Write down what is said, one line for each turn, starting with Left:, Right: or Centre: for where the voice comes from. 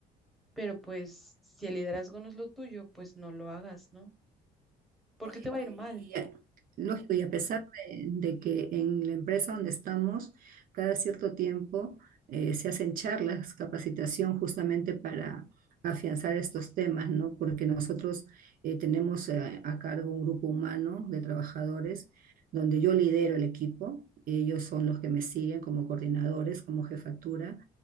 Centre: pero pues si el liderazgo no es lo tuyo, pues no lo hagas, ¿no? Porque te
Right: Eh,
Centre: va a ir mal.
Right: Lógico, y a pesar de, de que en la empresa donde estamos, cada cierto tiempo eh, se hacen charlas, capacitación justamente para afianzar estos temas, ¿no? Porque nosotros eh, tenemos eh, a cargo un grupo humano de trabajadores donde yo lidero el equipo, ellos son los que me siguen como coordinadores, como jefatura,